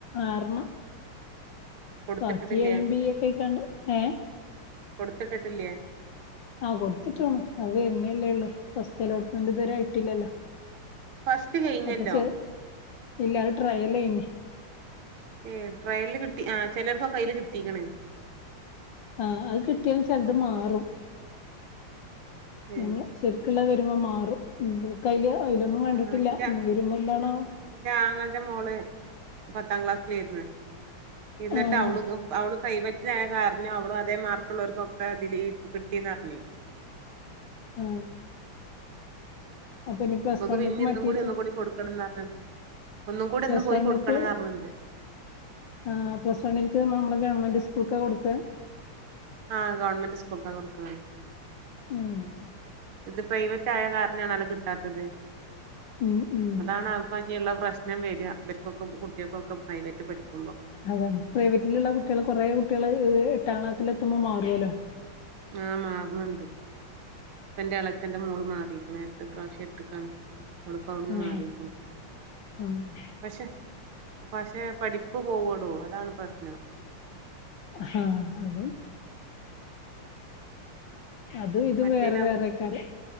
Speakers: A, on the left; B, on the right.
A: ആറെണ്ണം
B: കൊടുത്തിട്ടിട്ടില്ല
A: ബാക്കി എയും ബിയോക്കെയിക്കാണ്ട്. ഏ?
B: കൊടുത്തിട്ടിട്ടില്ലേ?
A: ആഹ് കൊടുത്തിട്ടോണ് അത് വരുന്നേല്ലേയുള്ളൂ. ഫസ്റ്റ് അലോട്ട്മെന്റ് ഇതുവരെ ആയിട്ടില്ലല്ലോ.
B: ഫസ്റ്റ് കഴിഞ്ഞല്ലോ.
A: അപ്പൊ ചെ ഇല്ല അത് ട്രെയൽ ഏയ്നു.
B: ഉം ട്രയലില് കിട്ടി ആഹ് ചിലർക്കൊക്കെ അതില് കിട്ടീക്കണ്.
A: ആഹ് അത് കിട്ടിയാലും ചിലത് മാറും.
B: ഏ
A: നമ്മള് ശരിക്കുള്ള വരുമ്പോ ആറ് കയ്യില് അതിലൊന്നും കണ്ടിട്ടില്ല
B: ആ ഇന്റെ
A: ഇനി വരുമ്പോ എന്താണാ
B: എന്റെ ആങ്ങളുടെ മോള് പത്താം ക്ലാസ്സിലായിരുന്ന് എന്നിട്ട്
A: ആഹ്
B: അവള് അവള് പ്രൈവറ്റ് കാരണം അവളും അതേ മാർ ക്ക് ഉള്ളവർക്കൊക്കെ അതില് കിട്ടീന്നാ പറഞ്ഞത്
A: ആഹ് അപ്പൊ ഇനി പ്ലസ്
B: ഇവക്ക്
A: വണ്ണുക്ക്
B: പിന്നെ ഇന്നും
A: മറ്റേ
B: കൂടി ഒന്നും കൂടി കൊടുക്കണംന്ന് പറഞ്ഞിണ്ട് ഒന്നും കൂടി
A: പ്ലസ്
B: ഇന്ന് പോയി
A: വണ്ണക്ക്
B: കൊടുക്കണംന്ന് പറഞ്ഞിണ്ട്
A: ആഹ് പ്ലസ് വണ്ണിൽക്ക് നമ്മ ഗവൺമെന്റ് സ്കൂൾക്കാ കൊടുക്കുക
B: ആഹ് ഗവൺമെന്റ് സ്കൂൾക്കാ കൊടുക്കണത്
A: ഉം.
B: ഇത് പ്രൈവറ്റായ കാരണാണല്ലോ കിട്ടാത്തത്.
A: ഉം ഉം
B: അതാണ് അപ്പൊ ഇനിയുള്ള പ്രശ് അങ്ങനെ വര അവർക്കൊക്കെ കുട്ടികൾക്കൊക്കെ പ്രൈവറ്റ് പഠിക്കുമ്പോ.
A: അതെ പ്രൈവറ്റിൽഉള്ള കുട്ടികൾ കുറെ കുട്ടികൾ എട്ടാം ക്ലാസ്സിൽ എത്തുമ്പോൾ മാറുമല്ലോ
B: ആ മാറ് നുണ്ട് ഇപ്പ എന്റെ ഇളച്ചന്റെ അട്ത്ത പ്രാവശ്യം എട്ട്ക്കാണ് ഇപ്പ അവിടുന്ന്
A: ആഹ്
B: മാറീക്കുന്നു
A: ആഹ്
B: പക്ഷെ പക്ഷെ പഠിപ്പ് പോവൊള്ളൂ അതാണ് പ്രശ്നം.
A: ഹാ അതെ. അതും ഇതും
B: മറ്റേലാവുമ്പോ
A: വേറെ വേറെക്കാരം